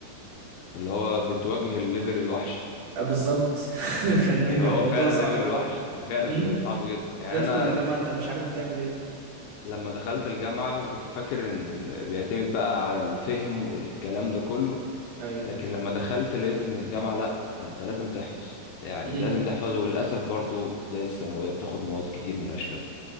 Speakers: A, on the left; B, on the right.
A: اللي هو بتواجه الليفل الوحش
B: اه بالظبط <laughs> كان
A: اللي
B: كان
A: هو
B: موضوع
A: فعلا
B: صعب
A: ليفل
B: قوي
A: الوحش فعلا
B: امم
A: بيبقى صعب جدا يعني
B: تدخل
A: انا
B: الجامعة انت مش عارف بتعمل ايه
A: لما دخلت الجامعة وكنت فاكر إن ال... بيعتمد بقى على الفهم والكلام ده كله
B: ايوه
A: لكن لما دخلت لقيت إن الجامعة لأ ده أنت لازم تحفظ يعني
B: امم
A: لازم تحفظ وللأسف برضو زي الثانوية بتاخد مواد كتير ملهاش لازمة